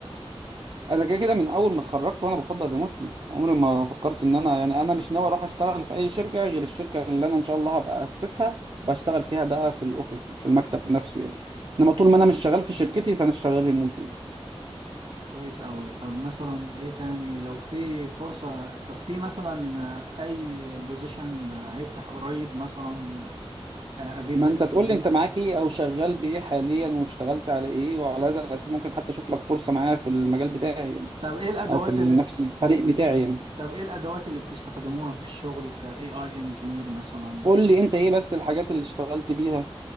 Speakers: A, on the right; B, on the right.
A: انا كده كده من اول ما اتخرجت وانا بفضل ريموتلي عمري ما فكرت ان انا يعني انا مش ناوي اروح اشتغل في اي شركه غير الشركه اللي انا ان شاء الله هبقى اسسها بشتغل فيها بقى في الاوفيس في المكتب نفسه يعني انما طول ما انا مش شغال في شركتي فانا شغال ريموت يعني
B: كويس أوي طب مثلا إيه تاني لو في فرصة طب في مثلا آه، أي بوزيشن هيفتح قريب مثلا آه، أجيب
A: ما
B: لك
A: انت
B: السي
A: تقول
B: في
A: لي انت معاك ايه او شغال بايه حاليا واشتغلت على ايه وعلى هذا الاساس ممكن حتى اشوف لك فرصه معايا في المجال بتاعي يعني
B: طب إيه الأدوات
A: او في
B: اللي أنتوا
A: نفس
B: بت-
A: الفريق بتاعي يعني
B: طب إيه الأدوات اللي بتستخدموها في الشغل ك AI engineer مثلا
A: قول لي انت ايه بس الحاجات اللي اشتغلت بيها